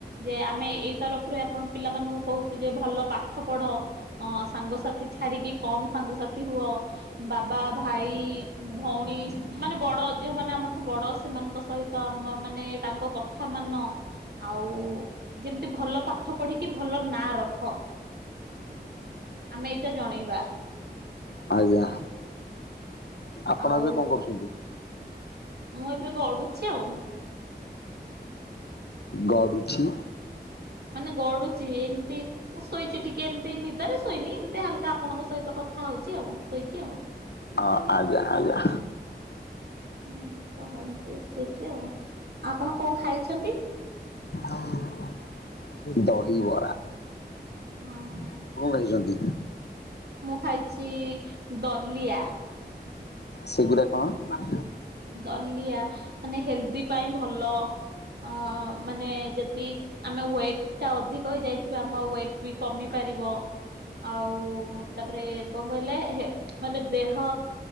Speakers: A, on the right (about 65°); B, on the left (about 70°).
A: ଯେ ଆମେ ଏଇ ତରଫରୁ ଆପଣ ପିଲାମାନଙ୍କୁ କହୁଛୁ ଯେ ଭଲ ପାଠ ପଢ। ଅ ସାଙ୍ଗସାଥି ଛାଡ଼ିକି କମ୍ ସାଙ୍ଗସାଥି ହୁଅ ବାବା ଭାଇ ଭଉଣୀ ମାନେ ବଡ଼ ଯୋଉମାନେ ଆମଠୁ ବଡ଼ ସେମାନଙ୍କ ସହିତ ଆମ ମାନେ ତାଙ୍କ କଥା ମାନ। ଆଉ ଯେମ୍ତି ଭଲ ପାଠ ପଢିକି ଭଲ ନାଁ ର ଖ ଆମେ ଏଇଟା ଜଣେଇବା।
B: ଆଜ୍ଞା ଆପଣ
A: ଆଉ
B: ଏବେ କଁ କରୁଛନ୍ତି।
A: ମୁଁ ଏବେ ଗଡୁଛି ଆଉ।
B: <inaudible> ଗଡୁଛି।
A: ମାନେ ଗଡ଼ୁଛି ଏମିତି ମୁଁ ଶୋଇଛି ଟିକେ ଏମତି ନିଦରେ ଶୋଇନି ଏମିତି ହାଲକା ଆପଣଙ୍କ ସହିତ କଥା ହଉଛି ଆଉ ଶୋଇକି ଆଉ।
B: ହ ଆଜ୍ଞା ଆଜ୍ଞା।
A: ହୁଁ କହନ୍ତି ଶୋଇଛି ଆଉ ଆପଣ କଣ ଖାଇଛନ୍ତି?
B: ଆଉ ଦହି ବରା।
A: ଓଁ ହଁ
B: ଖାଇଛନ୍ତି?
A: ମୁଁ ଖାଇଛି ଦଲିଆ।
B: ସେଗୁରା କଣ?
A: ଦଲିଆ ମାନେ ହେଲ୍ଦି ପାଇଁ ଭଲ। ଅ ମାନେ ଯଦି ଆମେ ୱେଟ ଟା ଅଧିକ ହେଇଯାଇଥିବା ଆମ ଆଉ ୱେଟ ବି କମି ପାରିବ। ଆଉ ତାପରେ କଣ କହିଲେ ହେ ମାନେ ଦେହ